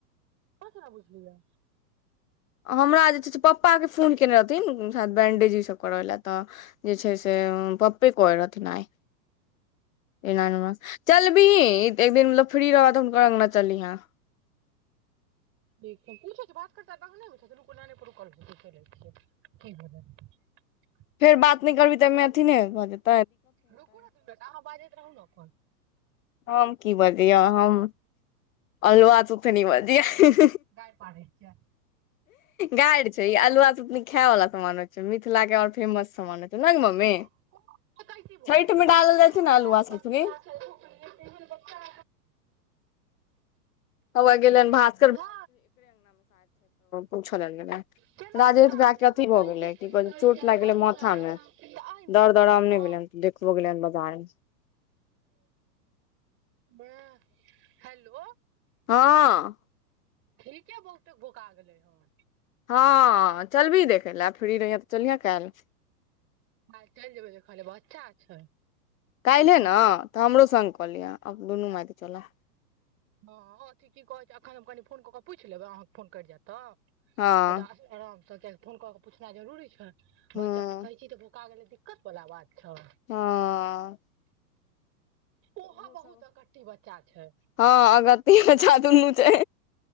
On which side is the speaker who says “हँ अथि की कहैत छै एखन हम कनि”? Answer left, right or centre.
Right